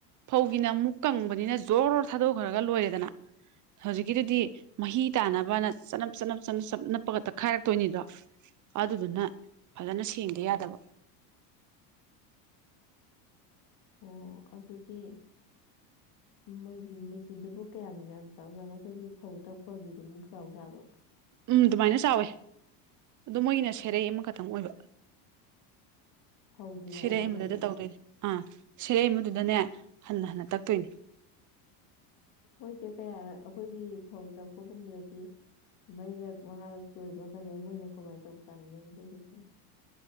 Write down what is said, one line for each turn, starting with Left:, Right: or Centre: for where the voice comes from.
Right: ꯐꯧꯒꯤꯅ ꯑꯃꯨꯛ ꯀꯪꯕꯅꯤꯅ ꯖꯣꯔ ꯊꯥꯗꯣꯈ꯭ꯔꯒ ꯂꯣꯏꯔꯦꯗꯅ꯫ ꯍꯧꯖꯤꯛꯀꯤꯗꯨꯗꯤ ꯃꯍꯤ ꯇꯥꯅꯕꯅ ꯆꯅꯞ ꯆꯅꯞ ꯆꯅꯞ ꯆꯞ ꯅꯞꯄꯒ ꯇꯛꯈꯥꯏꯔꯛꯇꯣꯏꯅꯤꯗꯣ꯫ ꯑꯗꯨꯗꯨꯅ ꯐꯖꯅ ꯁꯦꯡꯗ ꯌꯥꯗꯕ꯫
Left: ꯑꯣ ꯑꯗꯨꯗꯤ ꯃꯣꯏꯒꯤ ꯃꯦꯆꯤꯟꯗꯨꯕꯨ ꯀꯌꯥꯝ ꯌꯥꯝ ꯆꯥꯎꯖꯥꯅꯣ ꯑꯈꯣꯏꯒꯤ ꯐꯧ ꯇꯛꯄꯒꯤꯗꯨꯃꯨꯛ ꯆꯥꯎꯖꯥꯠꯂꯣ꯫
Right: ꯎꯝ ꯗꯨꯃꯥꯏꯅ ꯆꯥꯎꯋꯦ ꯑꯗꯣ ꯃꯣꯏꯒꯤꯅ ꯁꯦꯔꯩ ꯑꯃꯈꯇꯪ ꯑꯣꯏꯕ꯫
Left: ꯐꯧꯒꯤꯅ
Right: ꯁꯦꯔꯩ
Left: ꯑꯅꯤ
Right: ꯑꯃꯗꯨꯗ
Left: ꯑꯣꯏꯕ
Right: ꯇꯧꯗꯣꯏꯅꯤ꯫ ꯑꯥ ꯁꯦꯔꯩ ꯑꯃꯗꯨꯗꯅꯦ ꯍꯟꯅ ꯍꯟꯅ ꯇꯛꯇꯣꯏꯅꯤ꯫
Left: ꯃꯣꯏꯁꯦ ꯀꯌꯥꯔꯛ ꯑꯈꯣꯏꯒꯤ ꯐꯧ ꯇꯛꯄꯒꯨꯝꯕꯗꯗꯤ ꯃꯩꯔꯛ ꯃꯥꯔꯛꯁꯨꯏꯕꯒ ꯂꯩ ꯃꯣꯏꯅ ꯀꯃꯥꯏꯅ ꯇꯧꯕ ꯆꯥꯅꯣ ꯅꯨꯃꯤꯠꯂꯩꯒꯦꯁꯤꯅ